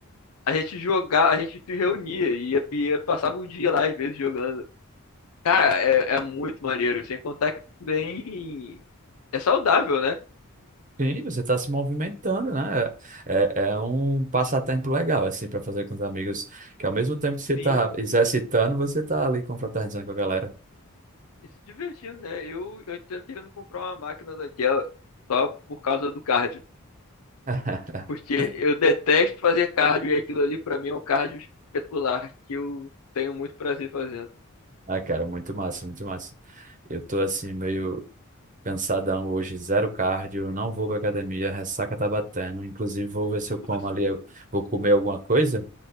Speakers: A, on the left; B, on the right.
A: a gente jogava, a gente se reunia e ia, ia- passava o dia lá às vezes jogando. Cara, é, é muito maneiro, sem contar que também é saudável, né?
B: Sim, você está se movimentando, né? É, é é um passatempo legal, assim, para fazer com os amigos, que ao mesmo tempo que você está
A: Sim,
B: exercitando, você está ali confraternizando com a galera.
A: e se divertindo, né? Eu eu tô querendo comprar uma máquina daquela só por causa do cardio,
B: <laughs>
A: porque eu detesto fazer cardio e aquilo ali pra mim é um cardio espetacular que eu tenho muito prazer fazendo.
B: Ah, cara, muito massa, muito massa. Eu tô assim, meio cansadão hoje, zero cardio, não vou pra academia, a ressaca tá batendo. Inclusive, vou ver se
A: Putz,
B: eu como ali, eu vou comer alguma coisa